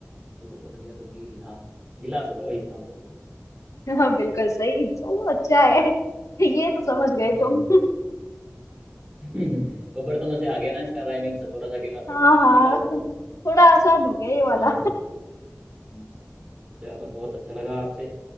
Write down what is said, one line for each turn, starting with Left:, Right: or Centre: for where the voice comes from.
Right: शुरू कट गया तो गीला गिलास होगा वही इसका आंसर
Left: हाँ बिल्कुल सही चलो अच्छा है ये तो समझ गए
Right: फिर
Left: तुम
Right: <laughs> वो बर्तनों से आ गया ना इसका राइमिंग से थोड़ा सा गिला
Left: हाँ
Right: बर्तनों
Left: हाँ
Right: में मिला दूं
Left: <laughs>
Right: तो
Left: थोड़ा आसान हो गया ये वाला
Right: वहां से हम्म, चलो बहुत अच्छा लगा आपसे